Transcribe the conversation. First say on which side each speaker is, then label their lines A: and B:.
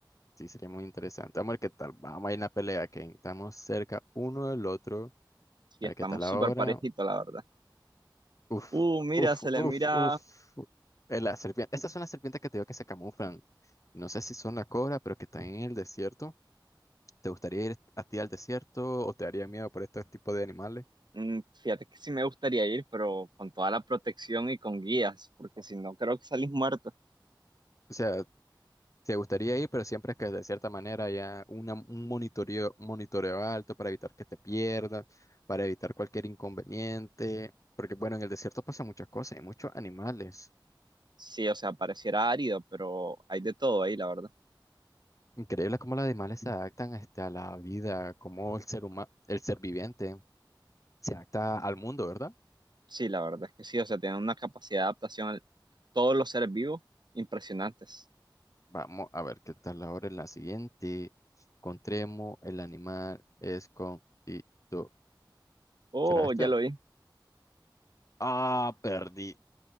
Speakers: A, on the left (about 40°); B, on the right (about 65°).
A: Sí, sería muy interesante. Vamos a ver qué tal. Vamos a ir en la pelea, que estamos cerca uno del otro.
B: Sí,
A: A
B: estamos
A: ver qué tal ahora.
B: súper parejitos, la verdad.
A: Uf,
B: Uh, mira,
A: uf,
B: se le
A: uf,
B: mira.
A: uf. Eh, La serpiente. Estas son las serpientes que te digo que se camuflan. No sé si son la cobra, pero que están en el desierto. ¿Te gustaría ir a ti al desierto o te daría miedo por estos tipos de animales?
B: mm, fíjate que sí me gustaría ir, pero con toda la protección y con guías, porque si no, creo que salís muerto.
A: O sea, te gustaría ir, pero siempre que de cierta manera haya una- un monitoreo, monitoreo alto para evitar que te pierdas, para evitar cualquier inconveniente, porque bueno, en el desierto pasa muchas cosas, hay muchos animales.
B: Sí, o sea, pareciera árido, pero hay de todo ahí, la verdad.
A: Increíble cómo los animales se adaptan este, a la vida, cómo el ser humano, el ser viviente se adapta al mundo, ¿verdad?
B: Sí, la verdad es que sí, o sea, tienen una capacidad de adaptación a todos los seres vivos impresionantes.
A: Vamos a ver qué tal ahora en la siguiente. Encontremos el animal es con y tú.
B: Oh,
A: ¿Será este?
B: ya lo vi.
A: Ah, perdí.